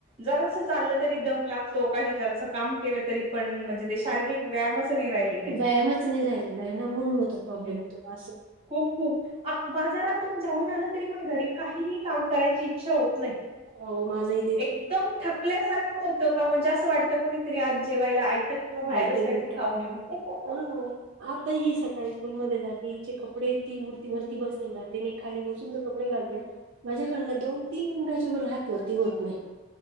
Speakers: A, on the right; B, on the right.
A: जरास चाललं तरी दम लागतो, काही जरास काम केलं तरी पण म्हणजे ते शारीरिक व्यायामच नाही राहिली काही.
B: व्यायामचं नाही रा केलेला हाय ना, म्हणून होतो प्रॉब्लेम तो असं.
A: खूप खूप आत बाजारातून जाऊन, आलं तरी पण घरी काहीही काम करायची इच्छा होत नाही.
B: हो, माझही
A: एकदम थकल्या सारखं होतं का, म्हणजे असं वाटतं कोणीतरी आज जेवायला आयत किंवा बाहेरच
B: आयतं
A: काही
B: बिल
A: तरी खाऊन येऊ.
B: हा
A: <unintelligible>
B: आता ही सकाळी स्कूलमध्ये जाते. <unintelligible> कपडे ती वर वरती बसून राहते, मी खाली बसूनचं कपडे घालते ना. माझ्याकडनं दोन तीन मिंटाच्या वर हात वरती होत नाही,